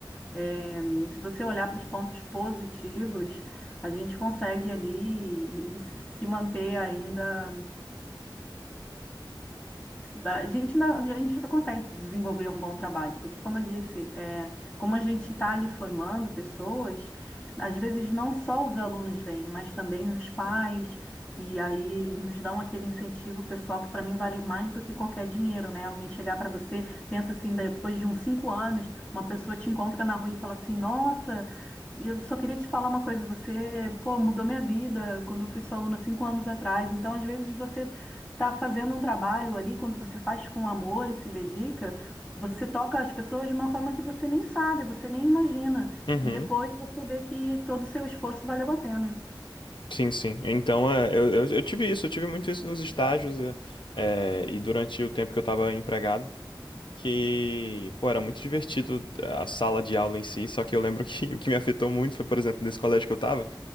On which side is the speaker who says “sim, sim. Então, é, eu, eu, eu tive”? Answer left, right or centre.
Left